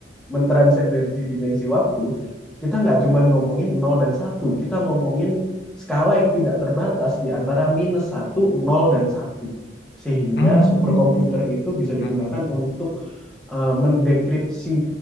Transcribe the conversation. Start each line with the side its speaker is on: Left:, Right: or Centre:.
Centre: mentransendensi dimensi waktu. Kita nggak cuma ngomongin nol dan satu. kita ngomongin skala yang tidak terbatas di antara minus satu nol dan satu sehingga
Left: Hmm.
Centre: superkomputer itu bisa digunakan
Left: hmm. hmm.
Centre: untuk eh, mendekripsi,